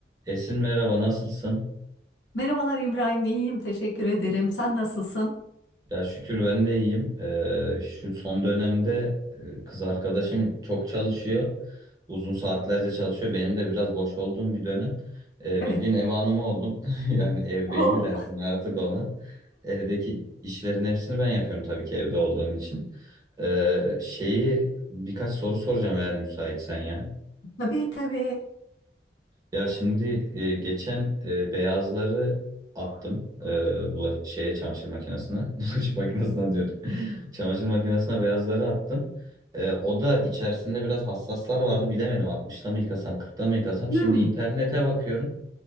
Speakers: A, on the right; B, on the left.
A: Esin merhaba nasılsın?
B: Merhabalar İbrahim, iyiyim. Teşekkür ederim. Sen nasılsın?
A: Ya şükür ben de iyiyim. Ee, şu son dönemde e, kız arkadaşım çok çalışıyor. Uzun saatlerce çalışıyor. Benim de biraz boş olduğum bir dönem. Ee,
B: Evet.
A: bildiğin ev hanımı oldum. <laughs> Yani ev
B: Oo,
A: beyi mi dersin artık ona. Evdeki işlerin hepsini ben yapıyorum tabii ki evde olduğum için. Ee, şeyi birkaç soru soracağım eğer müsaitsen ya.
B: <laughs> tabii tabii.
A: Ya şimdi e, geçen e, beyazları attım e, bula- şeye çamaşır makinesine. <laughs> Bulaşık makinesine diyordum. <laughs> Çamaşır makinesine beyazları attım. E, o da içerisinde biraz hassaslar vardı. Bilemedim 60'ta mı yıkasam 40'ta mı yıkasam.
B: Hmm,
A: Şimdi internete bakıyorum.